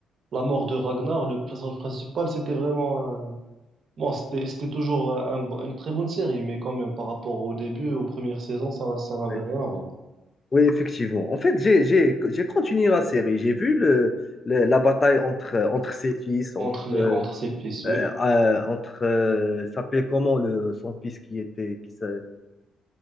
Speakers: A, on the right; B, on the left.
A: la mort de Ragnar, le personnage principal, c'était vraiment euh, Bon, c'était, c'était toujours euh, un une très bonne série, mais quand même, par rapport au début, aux premières saisons, ça, n'a- ça n'avait
B: Oui,
A: rien à voir.
B: Oui, effectivement. En fait, j'ai, j'ai, j'ai continué la série. J'ai vu le, le- la bataille entre, entre ses fils,
A: Entre
B: entre,
A: les,
B: euh,
A: entre ses fils, oui.
B: euh, euh, entre euh, il s'appelait comment le, son fils qui était, qui, s'a- euh,